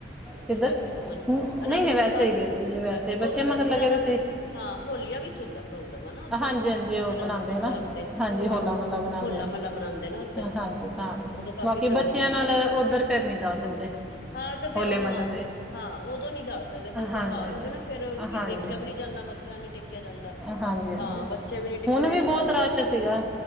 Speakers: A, in the centre; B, on the left (about 60°).
A: ਕਿੱਧਰ
B: ਕਿ ਵੈਸੇ ਘੁੰਮਣ
A: ਨਹੀਂ
B: ਅਨੰਦਪੁਰ
A: ਨਹੀਂ ਵੈਸੇ
B: ਸਾਹਿਬ
A: ਹੀ ਗਏ ਸੀ ਜੇ
B: ਵੈਸੇ ਉਹਦੇ
A: ਬੱਚੇ
B: ਤਾਂ
A: ਮਗਰ
B: ਵੈਸੇ
A: ਲੱਗੇ
B: ਜ਼ਿਆਦਾ
A: ਦੇ ਸੀ
B: ਹਾਂ ਹੋਲੀਆਂ ਵਿੱਚ ਹੁੰਦਾ। ਪ੍ਰੋਗਰਾਮ ਹਨਾ ਉੱਥੇ
A: ਹਾਂਜੀ ਹਾਂਜੀ ਉਹ
B: ਅਨੰਦਪੁਰ
A: ਬਣਾਉਂਦੇ ਆ ਨਾ
B: ਸਾਹਿਬ ਤੇ
A: ਹਾਂਜੀ
B: ਹਾਂ
A: ਹੋਲਾ ਮਹੱਲਾ ਬਣਾਉਂਦੇ
B: ਹੋਲਾ
A: ਆ
B: ਮਹੱਲਾ ਮਨਾਂਦੇ ਆ ਨਾ। ਉੱਧਰ
A: ਹਾਂਜੀ ਤਾਂ
B: ਹਾਂ ਉਦੋਂ ਕਾਫ਼ੀ
A: ਬਾਕੀ
B: ਸੰਗਤ
A: ਬੱਚਿਆਂ
B: ਹੁੰਦੀਆਂ
A: ਨਾਲ
B: ਨੇ
A: ਓਧਰ ਫਿਰ ਨੀ ਜਾ ਸਕਦੇ।
B: ਹਾਂ ਤੇ ਫੇਰ
A: ਹੋਲੇ
B: ਉਹ
A: ਮਹੱਲੇ
B: ਹਾਂ
A: ਤੇ
B: ਹਾਂ ਉਦੋਂ ਨੀ ਜਾ ਸਕਦੇ ਕੋਈ ਤਿਉਹਾਰ
A: ਹਾਂਜੀ
B: ਹੋਵੇ ਨਾ ਫੇਰ ਵੀ
A: ਹਾਂਜੀ
B: ਦੇਖਿਆ ਵੀ ਨੀ ਜਾਂਦਾ। ਮੱਥਾ ਵੀ ਨੀ ਟੇਕਿਆ ਜਾਂਦਾ।
A: ਹਾਂਜੀ। ਹਾਂਜੀ
B: ਹਾਂ ਬੱਚੇ ਵੀ ਨੀ ਟਿੱਕਦੇ
A: ਹੁਣ ਵੀ ਬਹੁਤ
B: ਰਸ਼ ਵਿੱਚ
A: ਸੀਗਾ